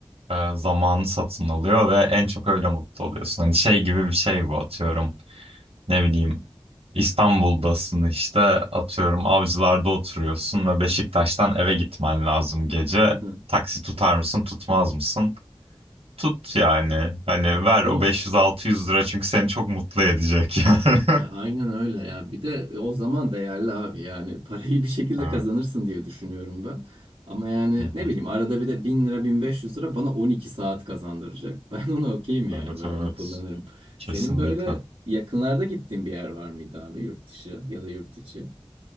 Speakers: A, on the right (about 85°); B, on the right (about 70°).
A: e, zamanı satın alıyor ve en çok öyle mutlu oluyorsun. Hani şey gibi bir şey bu atıyorum. Ne bileyim İstanbul'dasın işte atıyorum Avcılar'da oturuyorsun ve Beşiktaş'tan eve gitmen lazım gece.
B: Hı hı.
A: Taksi tutar mısın tutmaz mısın? tut yani. Hani ver
B: Değil
A: o
B: mi?
A: 500-600 lira çünkü seni çok mutlu edecek yani.
B: Ya aynen
A: <laughs>
B: öyle ya. Bir de o zaman değerli abi yani <laughs> parayı bir şekilde
A: Evet.
B: kazanırsın diye düşünüyorum ben. Ama yani
A: Hı
B: ne
A: hı.
B: bileyim arada bir de 1000 lira 1500 lira bana 12 saat kazandıracak. <laughs> Ben ona okeyim yani
A: Evet
B: ben
A: evet.
B: onu kullanırım.
A: Kesinlikle.
B: Senin böyle yakınlarda gittiğin bir yer var mıydı abi yurt dışı ya da yurt içi?